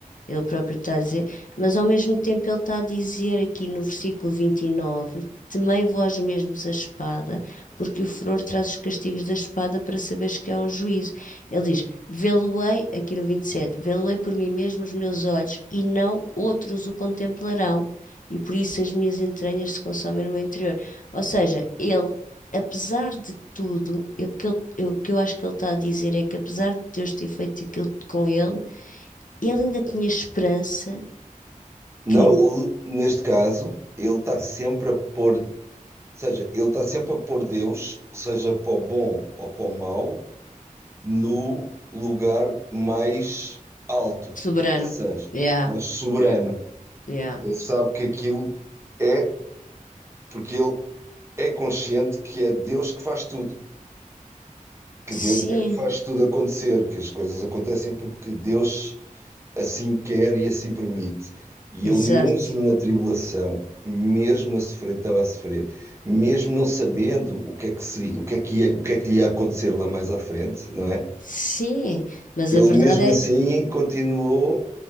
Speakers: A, on the left; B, on the right.
A: ele próprio está a dizer, mas ao mesmo tempo ele está a dizer aqui no versículo 29 Temei vós mesmos a espada, porque o furor traz os castigos da espada para saberes que há um juízo. Ele diz, Vê-lo-ei, aqui no 27 Vê-lo-ei por mim mesmo os meus olhos, e não outros o contemplarão, e por isso as minhas entranhas se consomem no meu interior. Ou seja, ele apesar de tudo, eu- que ele- eu- o que eu acho que ele está a dizer é que apesar de Deus ter feito aquilo com ele, ele ainda tinha esperança
B: Não,
A: que.
B: ele, neste caso, ele está sempre a pôr, ou seja, ele está sempre a pôr Deus, seja para o bom ou para o mau, no lugar mais alto,
A: Soberano.
B: ou seja,
A: Yeah,
B: mais soberano.
A: yeah,
B: Ele sabe que aquilo é, porque ele é consciente que é Deus que faz tudo, que
A: Sim,
B: Deus é que faz tudo acontecer, que as coisas acontecem porque Deus assim quer e assim permite. E
A: exato.
B: ele, mesmo na tribulação, mesmo a sofrer, estava a sofrer, mesmo não sabendo o que é que seria, o que é que ia, o que é que lhe ia acontecer lá mais à frente, não é?
A: Sim, mas
B: Ele,
A: a verdade
B: mesmo assim,
A: é.
B: continuou